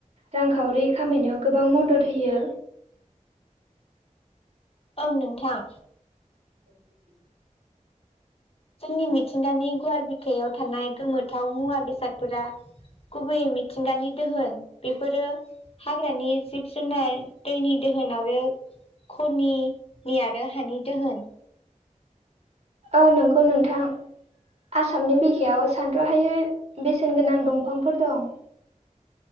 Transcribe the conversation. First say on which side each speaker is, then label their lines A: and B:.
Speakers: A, on the right; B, on the left.
A: रांखावरि खामायनायाव गोबां मदद होयो
B: औ ओं नोंथां
A: <inaudible>
B: जोंनि मिथिंगानि गुवार बिखायाव थानाय गोमोथाव मुवा बेसादफोरा गुबैयै मिथिंगानि दोहोन बेफोरो हाग्रानि जिब जुनार दैनि दोहोन आरो खनिनि आरो हानि दोहोन
A: औ नंगौ नोंथां आसामनि बिखायाव सानद्र'हायै बेसेन गोनां दंफांफोर दं